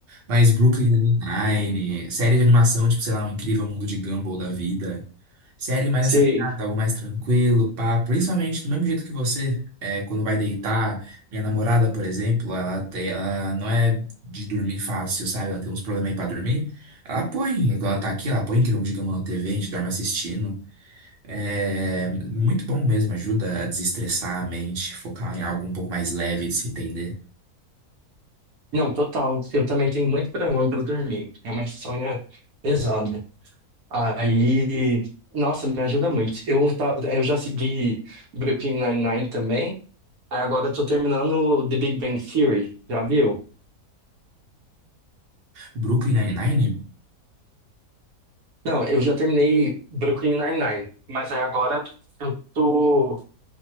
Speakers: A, on the right; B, on the right.
A: Mas Brooklyn Nine-Nine, série de animação, tipo, sei lá, O Incrível Mundo de Gumball da vida. Série mais
B: Você,
A: essa pegada, algo mais tranquilo, pá. Principalmente do mesmo jeito que você, é, quando vai deitar. Minha namorada, por exemplo, ela, tem, ela não é de dormir fácil, sabe? Ela tem uns problemas aí pra dormir. Ela põe, quando ela tá aqui, ela põe Incrível Mundo de Gumball na TV, a gente dorme assistindo. É muito bom mesmo, ajuda a desestressar a mente, focar em algo um pouco mais leve de se entender.
B: não, total. Eu também tenho muito problema pra dormir. É uma insônia pesada. Aí, nossa, me ajuda muito. Eu, tá, eu já segui Brooklyn Nine-Nine também. Aí agora eu tô terminando The Big Bang Theory, já viu?
A: Brooklyn Nine-Nine.
B: Não, eu já terminei Brooklyn Nine-Nine, mas aí agora eu tô